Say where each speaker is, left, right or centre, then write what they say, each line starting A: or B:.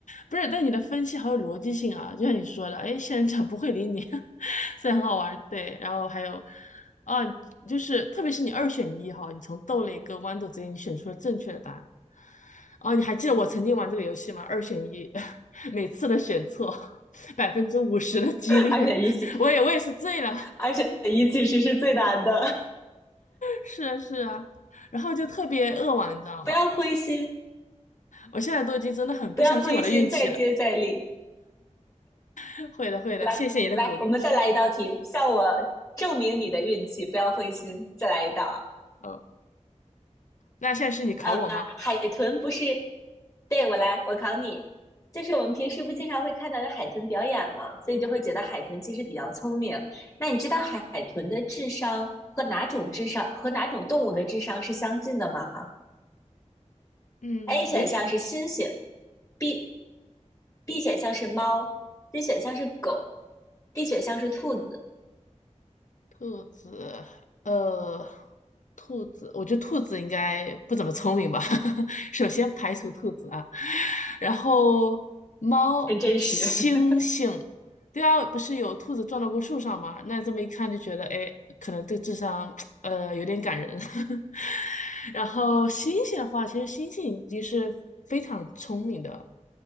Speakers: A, on the left; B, on the left.
A: 不是，但你的分析好有逻辑性啊，就像你说的，哎，仙人掌不会理你，<laughs> 虽然很好玩儿，对。然后还有，啊，就是特别是你二选一哈，你从豆类跟豌豆之间你选出了正确的答案。哦，你还记得我曾经玩这个游戏吗？二选一，<laughs> 每次都选错百分之五十的几率，
B: <laughs> 二选一其
A: <laughs> 我也我也是醉了，
B: 二选一其实是最难的，
A: 是啊是啊，然后就特别扼腕，
B: <laughs>
A: 你知道吗？
B: 不要灰心，
A: 我现在都已经真的很不相信我的运气了。
B: 不要灰心，再接再厉。
A: <laughs> 会的会的，
B: 来来，
A: 谢谢你的鼓励。
B: 我们再来一道题，向我证明你的运气，不要灰心，再来一道啊。
A: 嗯，那现在是你考我吗？
B: 呃，海豚不是，对，我来，我考你，就是我们平时不经常会看到有海豚表演嘛，所以就会觉得海豚其实比较聪明。那你知道海豚的智商和哪种智商和哪种动物的智商是相近的吗
A: 嗯，
B: ？A 选项是猩猩
A: 有选
B: ，B B 选项是猫，C 选项是狗，D 选项是兔子，
A: 兔子，呃，兔子，我觉得兔子应该不怎么聪明吧。<laughs> 首先排除兔子啊，然后猫、
B: 很真实。
A: 猩猩，
B: <laughs>
A: 对啊，不是有兔子撞到过树上吗？那这么一看就觉得，哎，可能这智商，呃，有点感人。<laughs> 然后猩猩的话，其实猩猩已经是非常聪明的。